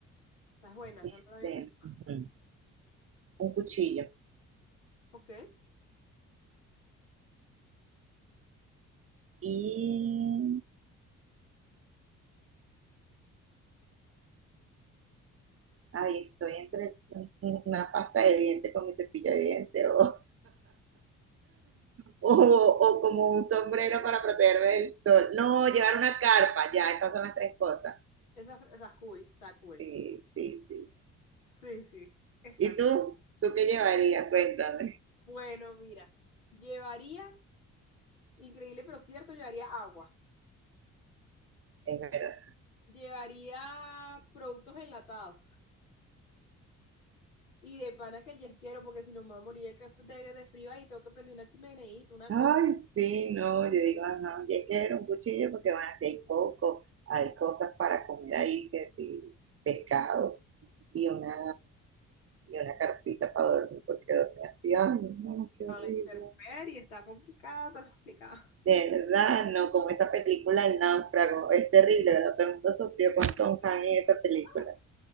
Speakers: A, on the left; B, on the right.
A: Estás buena,
B: este,
A: eso no lo había pensado.
B: ujú, un cuchillo.
A: Ok.
B: Y ahí estoy entre una pasta de dientes con mi cepillo de dientes o, o, o como un sombrero para protegerme del sol. No, llevar una carpa, ya, esas son las tres cosas.
A: Esa, esa es cool, está cool.
B: Sí, sí, sí.
A: Sí, sí. Está
B: ¿Y tú? ¿Tú qué llevarías? Cuéntame.
A: Bueno, mira, llevaría, increíble pero cierto, llevaría agua,
B: Es verdad.
A: llevaría productos enlatados y de pana que el yesquero, porque si no me voy a morir de, ca- de- de frío ahí, tengo que prender una chimeneita, una
B: Ay,
A: cosa.
B: sí, no, yo digo, ajá, y es que era un cuchillo porque van a hay coco, hay cosas para comer ahí, que sí, pescado y una y una carpita para dormir, porque dormía así, ay, no, no, qué
A: A
B: horrible.
A: la intemperie, está complicado, está complicado.
B: De verdad, no, como esa película El náufrago, es terrible, ¿verdad? Todo el mundo sufrió con Tom Hanks en esa película,
A: <laughs>